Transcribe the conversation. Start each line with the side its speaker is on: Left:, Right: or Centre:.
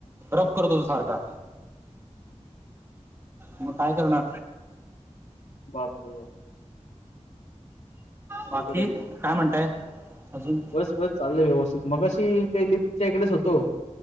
Right: रब करत होतो सारखा. मग काय? करणार.
Left: बापर! बाप.
Right: बाकी
Left: अवघड आहे मग
Right: काय म्हणताय अजून
Left: बस बस चाललंय व्यवस्थित मगाशी ते लिप्टच्या इकडेच होतो